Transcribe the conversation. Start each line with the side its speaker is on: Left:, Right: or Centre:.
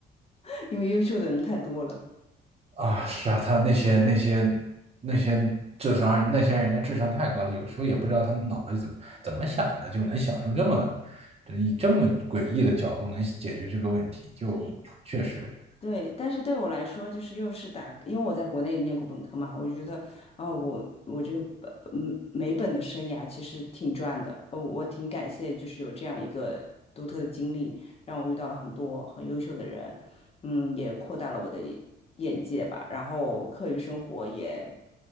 Left: <laughs> 因为优秀的人太多了。
Right: 啊。是啊，他那些那些那些智商，那些人的智商太高了，有时候也不知道他们脑子里怎么怎么想的，就能想出这么，以这么诡异的角度能解决这个问题，就确实。
Left: 对对，但是对我来说，就是又是打，因为我在国内念过本科嘛，我就觉得，哦，我我这个本嗯美本的生涯其实挺赚的，哦，我挺感谢，就是有这样一个独特的经历，让我遇到了很多很优秀的人，嗯，也扩大了我的眼眼界吧，然后课余生活也